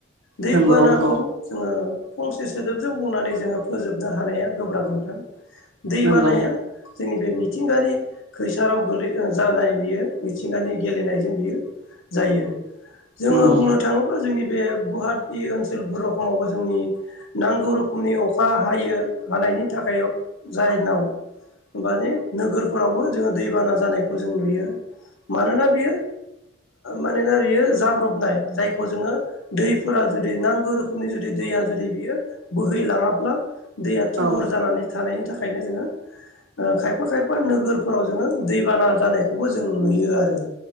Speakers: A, on the left; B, on the right.
A: दै
B: नंगौ
A: बानाखौ
B: औ
A: जोङो फंसे सोदोबजों बुंनानै जोङो फोजोबनो हानाया गोब्राब नथां दै
B: नंगौ
A: बानाया जोंनि बे मिथिंगानि खैसाराव गोलै जानाय बियो मिथिंगानि गेलेनायजों बियो जायो। जोङो
B: नंगौ
A: बुंनो थाङोब्ला जोंनि बे गुवाहा ओनसोलफोरखावबो जोंनि नांगौ रोखोमनि अखा हायो हानाय नि थाखाय जायनाव हबे नोगोरफोरावबो जोङो दैबाना जानाय खौ जों नुयो मानोना बियो मानोना बेयो जाब्रबनाय जायखौ जोङो दैफोरा जुदि नांगौ रोखोमनि जुदि दैया जुदि बियो बोहैलाङाब्ला दैया थुबुर
B: औ
A: जानानै थानायनि थाखायनो जोङो खायफा-खायफा नोगोरफोराव जोङो दैबाना जानायखौबो जों नुयो आरो।